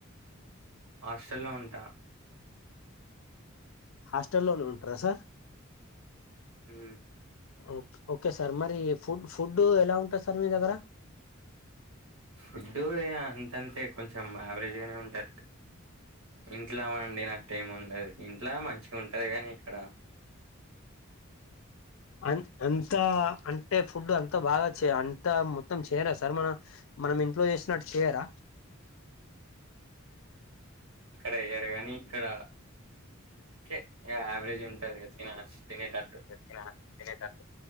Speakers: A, on the right; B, on the left.
A: హాస్టల్లో ఉంటా
B: హాస్టలోనే ఉంటారా సార్
A: హ్
B: హ ఓకే ఓకే సార్ మరి ఫుడ్ ఫుడ్ ఎలా ఉంటుంది. సార్ మీ దగ్గర
A: ఫుడ్డు అంతంతే కొంచెం యావరేజ్ గానే ఉంటంది ఇంట్లో అండి అట్లెం ఉండదు ఇంట్లో మంచిగా ఉంటది కాని ఇక్కడ
B: అ అంతా అంటే ఫుడ్ అంత బాగా చే అంతా మొత్తం చేయరా సార్ మన మనం ఇంట్లో చేసినట్టు చేయరా
A: ఇక్కడ అయ్యారూ గానీ ఇక్కడ ఓకే యావరేజ్ ఉంటది. తిన తినేటట్టు
B: ఇగా తినేటట్టు